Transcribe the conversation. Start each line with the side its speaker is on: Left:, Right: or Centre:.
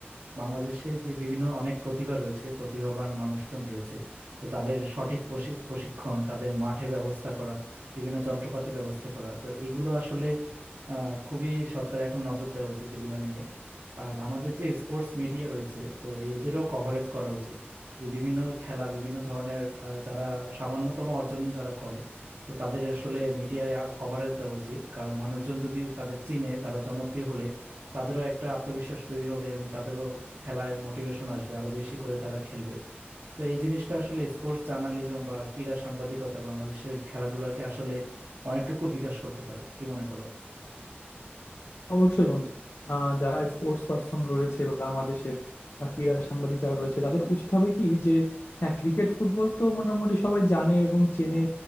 Right: বাংলাদেশে যে বিভিন্ন অনেক প্রতিভা রয়েছে প্রতিভাবান মানুষজন রয়েছে তো তাদের সঠিক প্রশি- প্রশিক্ষণ তাদের মাঠের ব্যবস্থা করা বিভিন্ন যন্ত্রপাতি ব্যবস্থা করা তো এগুলো আসলে আহ, খুবই সরকার এখন নজর দেওয়া উচিত এগুলো নিয়ে আর আমাদের যে স্পোর্টস মিডিয়া রয়েছে তো এদেরও কভারেজ করা উচিত যে বিভিন্ন খেলা বিভিন্ন ধরনের আহ, যারা সামান্যতম অর্জন যারা করে তো তাদের আসলে মিডিয়ায় কভারেজ দেওয়া উচিত কারণ মানুষজন যদি তাদের চিনে তারা জনপ্রিয় হলে তাদেরও একটা আত্মবিশ্বাস তৈরি হবে এবং তাদেরও খেলার মোটিভেশন আসবে আরো বেশি করে তারা খেলবে তো এই জিনিসটা আসলে স্পোর্টস জার্নালিজম বা ক্রীড়া সাংবাদিকতা বাংলাদেশের খেলাধুলাকে আসলে অনেকটুকু বিকাশ করতে পারে কি মনে করো
Left: অবশ্যই বন্ধু আহ, যারা স্পোর্টস পার্সন রয়েছে বা বাংলাদেশের বা ক্রীড়া সাংবাদিক যারা রয়েছে তাদের উচিত হবে কি যে হ্যাঁ ক্রিকেট ফুটবল তো মোটামুটি সবাই জানে এবং চেনে